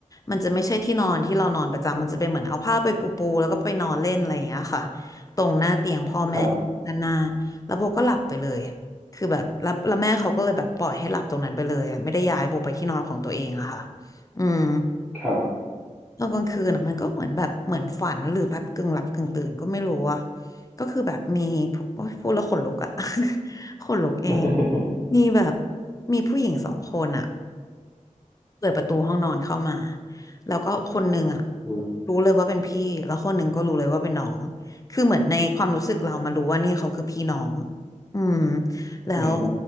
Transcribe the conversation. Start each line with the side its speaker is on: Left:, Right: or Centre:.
Left: มันจะไม่ใช่ที่นอนที่เรานอนประจำมันจะเป็นเหมือนเอาผ้าไปปูปูแล้วก็ไปนอนเล่นอะไรอย่างเงี้ยค่ะตรงหน้าเตียงพ่อแม่ด้านหน้า
Centre: ครับ
Left: แล้วโบก็หลับไปเลย คือแบบแล้วแล้วแม่เขาก็เลยแบบปล่อยให้หลับตรงนั้นไปเลยอะไม่ได้ย้ายโบไปที่นอนของตัวเองอะค่ะอืม
Centre: ครับ
Left: ตอนกลางคืนอะมันก็เหมือนแบบเหมือนฝันหรือแบบกึ่งหลับกึ่งตื่นก็ไม่รู้อะก็คือแบบมีผู้โอ๊ยพูดแล้วขนลุกอะ <laughs> ขนลุกเอง
Centre: <laughs>
Left: มีแบบมีผู้หญิงสองคนอะ เปิดประตูห้องนอนเข้ามาแล้วก็คนหนึ่งอ่ะ
Centre: อืม
Left: รู้เลยว่าเป็นพี่แล้วคนหนึ่งก็รู้เลยว่าเป็นน้องคือเหมือนในความรู้สึกเรามารู้ว่านี่เขาคือพี่น้องอืมแล้ว
Centre: อือ